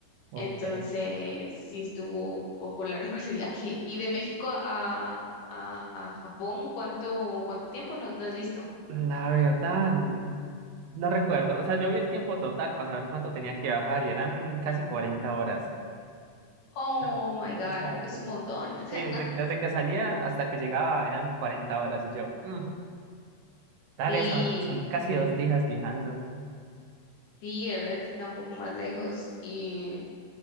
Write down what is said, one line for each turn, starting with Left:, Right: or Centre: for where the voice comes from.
Right: Ok.
Left: Entonces sí estuvo un poco <laughs> largo el viaje. Y de México a, a, a Japón, ¿cuánto, cuánto tiempo no, no has visto?
Right: La verdad, no recuerdo. O sea, yo vi el tiempo total para saber cuánto tenía que bajar y eran casi 40 horas.
Left: Oh
Right: No,
Left: my God,
Right: O sea,
Left: es un montón.
Right: sí,
Left: <laughs>
Right: desde, desde que salía hasta que llegaba eran 40 horas y yo, "Mm, dale,
Left: Sí,
Right: son, son casi dos días viajando.
Left: sí, verdad es que está un poco más lejos. Y